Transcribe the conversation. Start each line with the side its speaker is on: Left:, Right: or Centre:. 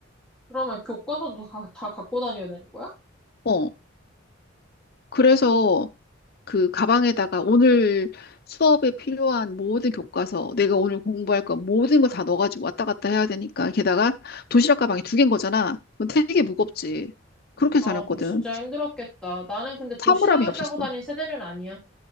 Centre: 그러면 교과서도 다, 다 갖고 다녀야 되는 거야?
Left: 어. 그래서 그 가방에다가 오늘 수업에 필요한 모든 교과서, 내가 오늘 공부할 거 모든 걸 다 넣어가지고 왔다 갔다 해야 되니까 게다가 도시락 가방이 두 개인 거잖아. 그건 되게 무겁지. 그렇게
Centre: 아,
Left: 다녔거든.
Centre: 그 진짜 힘들었겠다. 나는 근데 도시락을
Left: 사물함이 없었어.
Centre: 싸고 다닌 세대는 아니야.